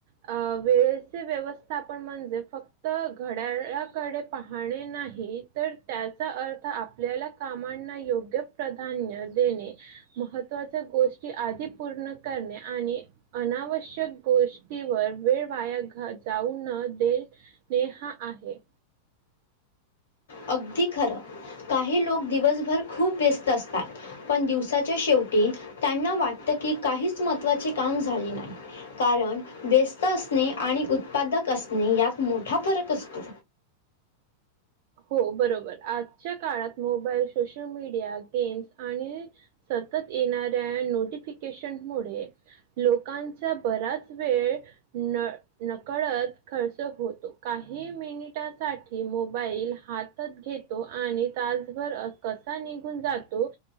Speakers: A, on the right; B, on the left.
A: अ वेळेचे व्यवस्थापण म्हणजे फक्त घड्याळाकडे पाहणे नाही तर त्याचा अर्थ आप आपल्याला कामांना योग्य प्राधान्य देणे महत्त्वाच्या गोष्टी आधी पूर्ण करणे आणि अनावश्यक गोष्टीवर वेळ वाया जाऊ न देल नेहा आहे
B: अगदी खरं काही लोक दिवसभर खूप व्यस्त असतात पण दिवसाच्या शेवटी त्यांना वाटतं की काहीच महत्त्वाचे काम झाले नाही. कारण व्यस्त असणे आणि उत्पादक असणे यात मोठा फरक असतो.
A: हो बरोबर आजच्या काळात मोबाईल सोशल मीडिया गेम्स आणि सतत येणाऱ्या नोटिफिकेशन मुळे लोकांचा बराच वेळ न नकळत खर्च होतो काही मिनिटासाठी मोबाईल हातात घेतो आणि तासभर कसा निघून जातो.